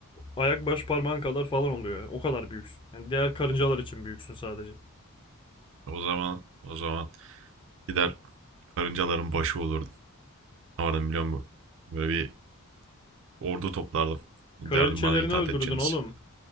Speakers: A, on the left; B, on the right.
A: ayak baş parmağın kadar falan oluyor. yani. O kadar büyüksün. Yani diğer karıncalar için büyüksün sadece.
B: O zaman o zaman gider karıncaların başı olurdum. Ne vardım biliyor musun? Böyle bir ordu toplardım. Derdim
A: Kraliçelerini
B: bana itaat
A: öldürdün
B: edeceğiniz.
A: oğlum.